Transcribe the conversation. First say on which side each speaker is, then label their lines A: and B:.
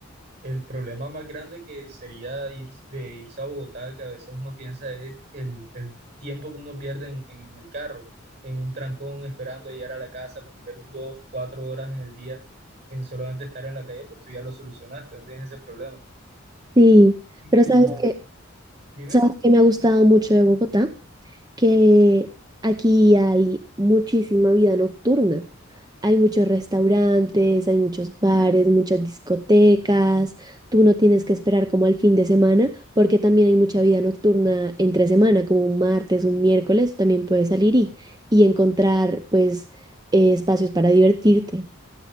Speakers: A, on the right; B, on the right.
A: El problema más grande que sería ir, de irse a Bogotá, que a veces uno piensa es el, el tiempo que uno pierde en, en el carro, en un trancón esperando llegar a la casa, perder dos, cuatro horas en el día en solamente estar en la calle, pues tú ya lo solucionaste, no tienes ese problema.
B: Sí, pero
A: Y
B: ¿sabes que
A: dime,
B: ¿Sabes que me ha gustado mucho de Bogotá? que aquí hay muchísima vida nocturna. Hay muchos restaurantes, hay muchos bares, muchas discotecas. Tú no tienes que esperar como al fin de semana, porque también hay mucha vida nocturna entre semana, como un martes, un miércoles, también puedes salir y, y encontrar pues eh, espacios para divertirte.